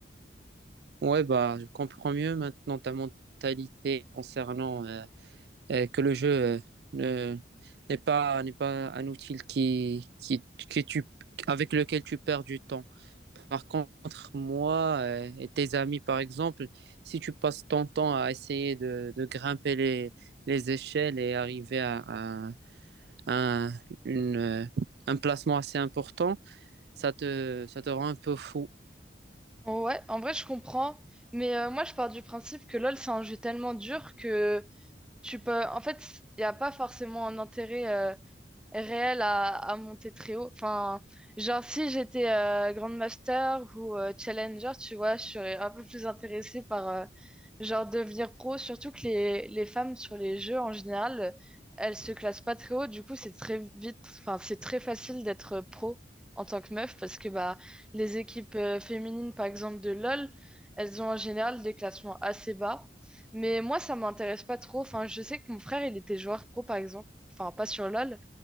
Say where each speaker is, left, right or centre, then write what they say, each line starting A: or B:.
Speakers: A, on the right; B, in the centre.
A: Ouais, bah, je comprends mieux maintenant ta mentalité concernant euh, euh, que le jeu euh, ne- n'est pas, n'est pas un outil qui, qui, qui tu, avec lequel tu perds du temps. Par contre, moi euh, et tes amis, par exemple, si tu passes ton temps à essayer de, de grimper les, les échelles et arriver à, à- à un, une, euh, un placement assez important, ça te, ça te rend un peu fou.
B: Ouais, en vrai je comprends. Mais euh, moi je pars du principe que LoL c'est un jeu tellement dur que Tu peux, en fait, il n'y a pas forcément un intérêt euh, réel à, à monter très haut. Enfin, genre si j'étais euh, Grandmaster ou euh, Challenger, tu vois, je serais un peu plus intéressée par euh, genre devenir pro, surtout que les, les femmes sur les jeux en général, elles se classent pas très haut, du coup c'est très vite, enfin c'est très facile d'être pro en tant que meuf parce que bah les équipes euh, féminines par exemple de LoL, elles ont en général des classements assez bas. Mais moi, ça m'intéresse pas trop. Enfin, je sais que mon frère, il était joueur pro, par exemple. Enfin, pas sur LoL,